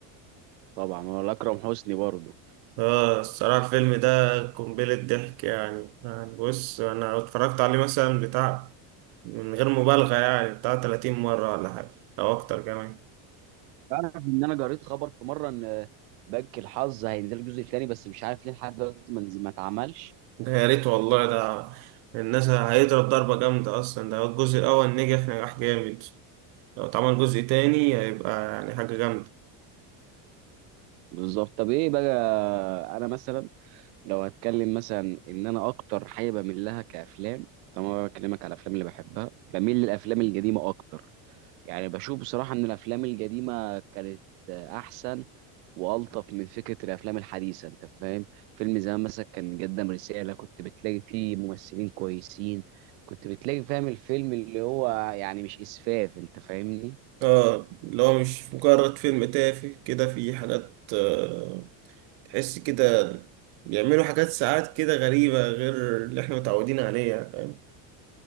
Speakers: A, on the right; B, on the right.
A: طبعا ولا اكرم حسني برضه
B: اه الصراحة الفيلم ده قنبلة ضحك يعني يعني بص انا اتفرجت عليه مثلا بتاع من غير مبالغة يعني بتاع 30 مرة ولا حاجة او اكتر كمان
A: تعرف ان انا قريت خبر في مره ان بنك الحظ هينزل الجزء الثاني بس مش عارف ليه لحد دلوقتي ما نز- ما اتعملش
B: ده يا ريت والله ده الناس هيضرب ضربة جامدة أصلا ده الجزء الأول نجح نجاح جامد لو اتعمل جزء تاني هيبقى يعني حاجة جامدة
A: بالظبط طب ايه بقى انا مثلا لو هتكلم مثلا ان انا اكتر حاجه بميل لها كافلام طبعا أنا بكلمك على الافلام اللي بحبها بميل للافلام القديمه اكتر يعني بشوف بصراحه ان الافلام القديمه كانت احسن والطف من فكره الافلام الحديثه انت فاهم فيلم زمان مثلا كان قدم رساله كنت بتلاقي فيه ممثلين كويسين كنت بتلاقي فاهم الفيلم اللي هو يعني مش اسفاف انت فاهمني
B: اه اللي هو مش مجرد فيلم تافه كده في حاجات آه، تحس كده بيعملوا حاجات ساعات كده غريبة غير اللي احنا متعودين عليها